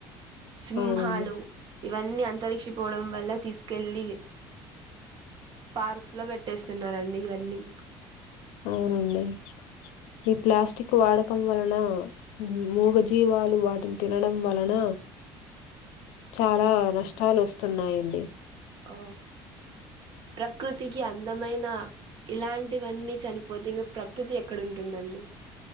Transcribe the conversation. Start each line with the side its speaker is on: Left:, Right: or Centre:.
Right: సింహాలు
Left: అవునండి
Right: ఇవన్నీ అంతరించి పోవడం వల్ల తీసుకెళ్ళి పార్క్స్ లో పెట్టేస్తున్నండి ఇవన్నీ
Left: అవునండి ఈ ప్లాస్టిక్ వాడకం వలన, మూగజీవాలు వాటిని తినడం వలన చాలా నష్టాలు వస్తున్నాయండి.
Right: ఆ ప్రకృతికి అందమైన ఇలాంటివన్నీ చనిపోతే ఇంగా ప్రకృతి ఎక్కడ ఉంటుందండి.